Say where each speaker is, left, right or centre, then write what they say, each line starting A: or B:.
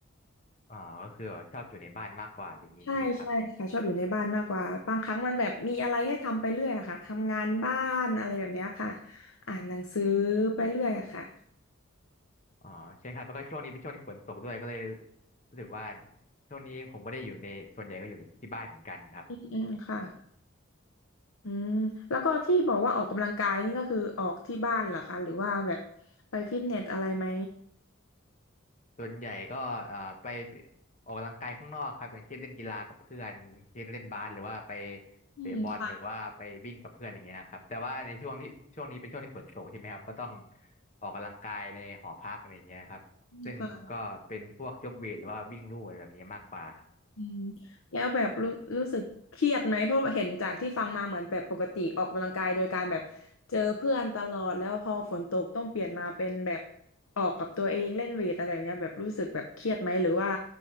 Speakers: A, on the left; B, on the left.
A: อ่าก็คือแบบชอบอยู่ในบ้านมากกว่าอะไรอย่างนี้ใช่ไหมครับ
B: ใช่ใช่ค่ะชอบอยู่ในบ้านมากกว่าบางครั้งมันแบบมีอะไรให้ทำไปเรื่อยอะค่ะทำงานบ้านอะไรแบบเนี้ยค่ะอ่านหนังสือไปเรื่อยอะค่ะ
A: อ๋อใช่ครับแล้วก็ช่วงนี้เป็นช่วงที่ฝนตกด้วยก็เลยรู้สึกว่าช่วงนี้ผมก็ได้อยู่ในส่วนใหญ่ก็อยู่ที่บ้านเหมือนกันครับ
B: อืมอืมค่ะอืมแล้วก็ที่บอกว่าออกกำลังกายนี่ก็คือออกที่บ้านเหรอคะหรือว่าแบบไปฟิตเนสอะไรไหม
A: ส่วนใหญ่ก็เอ่อไปออกกำลังกายข้างนอกครับอย่างเช่นเล่นกีฬากับเพื่อนอย่างเช่นเล่นบาสหรือว่าไป
B: อืมค่ะ
A: เตะบอลหรือว่าไปวิ่งกับเพื่อนอะไรเงี้ยครับแต่ว่าในช่วงที่ช่วงนี้เป็นช่วงที่ฝนตกใช่ไหมครับก็ต้องออกกำลังกายในหอพักอะไรเงี้ยครับซึ่งก็เป็นพวกยกเวทหรือว่าวิ่งลู่อะไรแบบนี้มากกว่า
B: อืมค่ะ อืมแล้วแบบรู้รู้สึกเครียดไหมเพราะเห็นจากที่ฟังมาเหมือนแบบปกติออกกำลังกายโดยการแบบเจอเพื่อนตลอดแล้วพอฝนตกต้องเปลี่ยนมาเป็นแบบออกกับตัวเองเล่นเวทอะไรแบบเนี้ยแบบรู้สึกแบบเครียดไหมหรือว่า